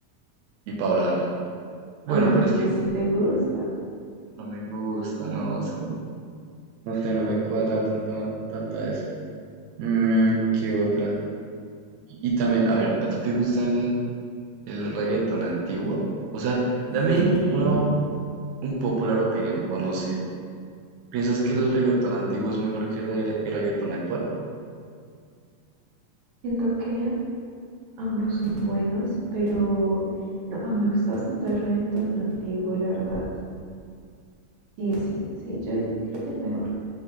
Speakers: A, on the right; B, on the right.
A: y Paola Jara. Bueno,
B: Ah,
A: pero
B: entonces
A: es que
B: sí te gusta.
A: no me gusta, no, es que no sé, no me cuadra tanta, tanta de esas. Mm, ¿qué otra? Y también, a ver, ¿a ti te gusta el, el reggaetón antiguo? O sea, dame
B: Sí.
A: una, un popular opinión, o no sé, ¿Piensas que el reggaetón antiguo es mejor que el regga- el reggaetón actual?
B: Siento que ambos son buenos, pero no, a mí me gusta bastante el reggaetón antiguo, la verdad. Sí, sí, sí, yo creo que es mejor,